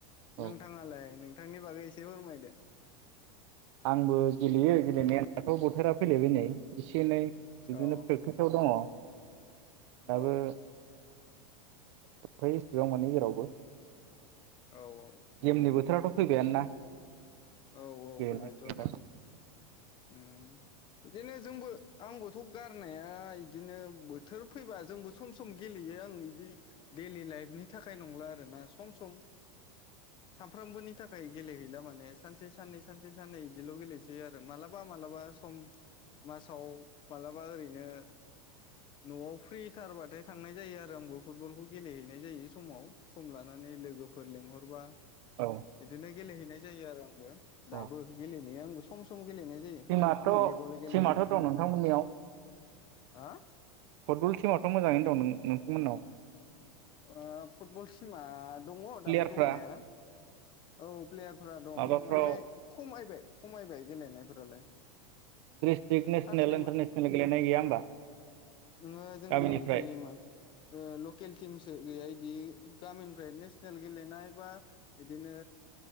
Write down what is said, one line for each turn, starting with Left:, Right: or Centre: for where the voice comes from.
Left: नोंथाङालाय
Right: औ
Left: नों नोंथांनि बागै एसे फोरमायदो।
Right: आंबो गेलेयो गेलेनायाथ बोथोरा फैलायबाय नै एसे एनै बिदिनो
Left: औ
Right: प्रेक्टिसाव दङ दाबो
Left: औ
Right: बि इसेबां मोनो जेरावबो
Left: औ औ।
Right: गेमनि बोथोराथ' फैबायानो ना।
Left: औ औ
Right: गेलेनांसिगोनलाय
Left: फैबायथ' आरो उम। बिदिनो जोंबो आंबोथ' गारनाया बिदिनो बोथोर फैबा जोंबो सम सम गेलेयो आं बिदि दैलि लाइफनि थाखाय नंला आरोना सम सम सामफ्रामबोनि थाखाय गेलेहैला। सानसे साननै सानसे साननै बिदिल' गेलेसै आरो। मालाबा मालाबा सम मासाव मालाबा ओरैनो न'आव फ्रि थारबाथाय थांनाय जायो आरो आंबो फुटबल खौ गेलेहैनाय जायो समाव सम लानानै लोगोफोर लेंहरबा।
Right: औ
Left: बिदिनो गेलेहैनाय जायो आरो आं। <unintelligible> दाबो
Right: औ
Left: गेलेनाया आंबो सम सम गेलेनाय जायो
Right: टिमाथ'
Left: भलिबल गेलेयो
Right: टिमाथ' दं नोंथांमोननियाव
Left: हो?
Right: फुटबल टिमाथ' मोजाङैनो दं नों नोंथांमोननाव?
Left: आ फुटबल टिमा दङ
Right: प्लेयारफ्रा
Left: दाबो दंनाया। औ प्लेयारफ्रा दं
Right: माबाफ्राव
Left: माने खमायबाय खमायबाय गेलेनाय फोरालाय?
Right: डिस्ट्रिक नेसनेल
Left: साख्रि
Right: इन्टारनेसनेल
Left: मो
Right: गेलेनाय गैया होमबा
Left: ओंहो जोंनियाव
Right: गामिनिफ्राय
Left: इदि मोन ओ ल'केल टिमसो गैया इ बिदि गामिनिफ्राय नेसनेल गेलेनाय बा बिदिनो